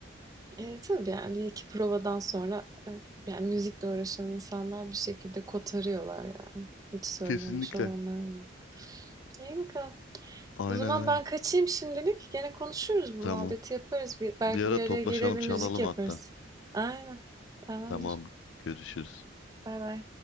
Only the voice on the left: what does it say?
<laughs> Kesinlikle.
Aynen
aynen.
Tamam.
Bir ara
toplaşalım
çalalım
hatta.
Tamam görüşürüz.